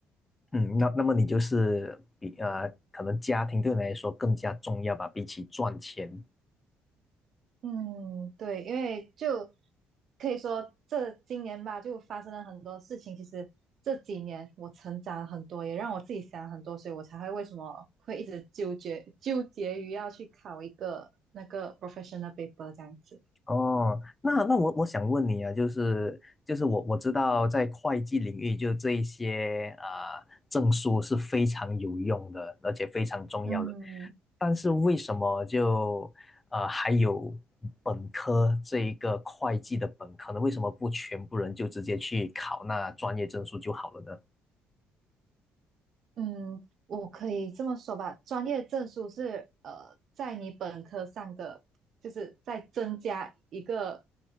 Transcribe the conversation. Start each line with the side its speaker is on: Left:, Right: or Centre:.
Left: 嗯，那那么你就是比呃，可能家庭对你来说更加重要吧，比起赚钱。
Right: 嗯，对，因为就可以说这今年吧，就发生了很多事情。其实这几年我成长了很多，也让我自己想了很多，所以我才会为什么会一直纠结纠结于要去考一个那个 professional paper 这样子。
Left: 哦，那那我我想问你啊，就是就是我我知道在会计领域，就这一些啊、呃证书是非常有用的，而且非常重要的。
Right: 嗯。
Left: 但是为什么就呃还有本科这一个会计的本科呢？为什么不全部人就直接去考那专业证书就好了呢？
Right: 嗯，我可以这么说吧，专业证书是呃，在你本科上的，就是再增加一个，